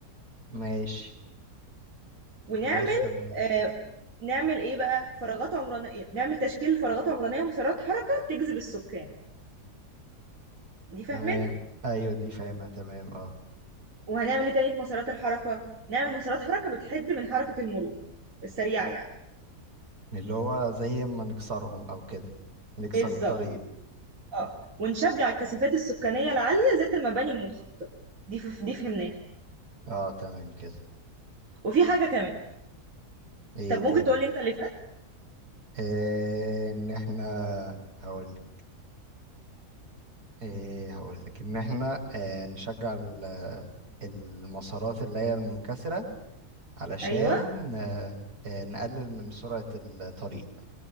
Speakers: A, on the right; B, on the right.
A: ماشي
B: ونعمل
A: ماشي تمام
B: آه نعمل ايه بقى فراغات عمرانية نعمل تشكيل فراغات عمرانية ومسارات حركة تجذب السكان دي فاهمينها
A: تمام ايوه دي فاهمها تمام اه
B: وهنعمل ايه تاني في مسارات الحركة نعمل مسارات حركة بتحد من حركة المرور السريعة يعني
A: اللي هو زي ما نكسرهم او كده نكسر
B: بالظبط
A: الطريق
B: اه ونشجع الكثافات السكانية العالية ذات المباني المنخفضة دي ف... دي فهمناها
A: اه تمام كده
B: وفي حاجة كمان
A: ايه
B: طب
A: تاني
B: ممكن تقولي انت اللي فات
A: آه ان احنا هقولك ايه هقولك ان احنا آه نشجع ال- المسارات اللي هي المنكسرة علشان
B: ايوه
A: آه آه نقلل من سرعة الطريق